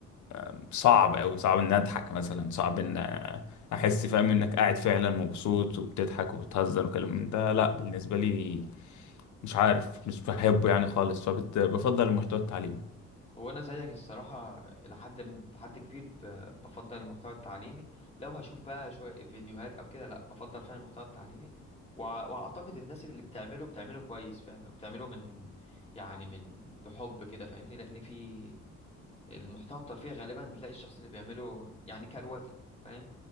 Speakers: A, on the left; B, on the left.
A: آه، صعب أوي صعب إن أضحك مثلا صعب إن آه، أحس فاهم إنك قاعد فعلا مبسوط وبتضحك وبتهزر وكلام من ده لا بالنسبة لي مش عارف مش بحبه يعني خالص فبفضل المحتوى التعليمي
B: هو انا زيك الصراحه لحد م- لحد كبير ب- بفضل المحتوى التعليمي لو هشوف بقى شويه فيديوهات او كده لا بفضل فعلا المحتوى التعليمي وع- واعتقد الناس اللي بتعمله بتعمله كويس فعلا وبتعمله من يعني من بحب كده فاهمني لان في المحتوى الترفيهي غالبا بتلاقي الشخص اللي بيعمله يعني كروته فاهم